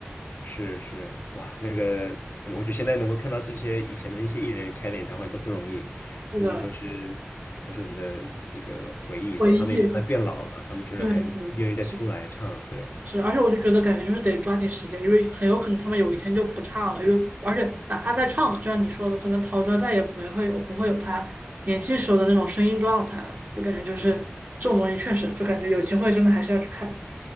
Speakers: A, on the left; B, on the right.
A: 是是，哇，那个，呃我觉得现在能够看到这些以前的一些艺人开的演唱会都不容易，
B: <laughs>
A: 那些都是都是我们的这个回忆，
B: 那个
A: 然后他们也慢慢变老了，
B: 回忆，
A: 他们居然还愿意再出来唱，
B: 对对对，是的
A: 对，
B: 是，而且我就觉得感觉就是得抓紧时间，因为很有可能他们有一天就不唱了，因为而且哪怕再唱嘛，就像你说的，可能陶喆再也没会有不会有他年轻时候的那种声音状态了，就感觉就是这种东西确实就感觉有机会真的还是要去看。
A: 嗯，